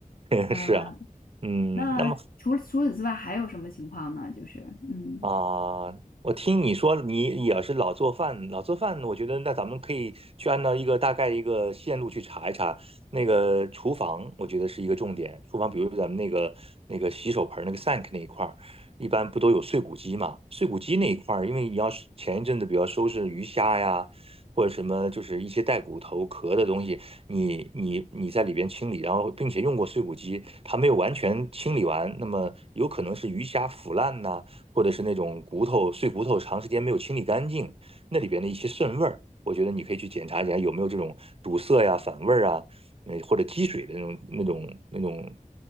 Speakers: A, on the right; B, on the left.
A: <laughs>
B: 嗯。
A: 是啊，嗯，
B: 那除除此之外还有什么情况呢？
A: 那么
B: 就是嗯。
A: 啊，我听你说你也是老做饭，老做饭，我觉得那咱们可以去按照一个大概一个线路去查一查那个厨房，我觉得是一个重点。厨房，比如咱们那个那个洗手盆儿那个 sink 那一块儿，一般不都有碎骨机嘛？碎骨机那一块儿，因为你要是前一阵子比较收拾鱼虾呀，或者什么就是一些带骨头壳的东西，你你你在里边清理，然后并且用过碎骨机，它没有完全清理完，那么有可能是鱼虾腐烂呐、或者是那种骨头碎骨头长时间没有清理干净，那里边的一些渗味儿，我觉得你可以去检查一下有没有这种堵塞呀、反味儿啊，呃或者积水的那种那种那种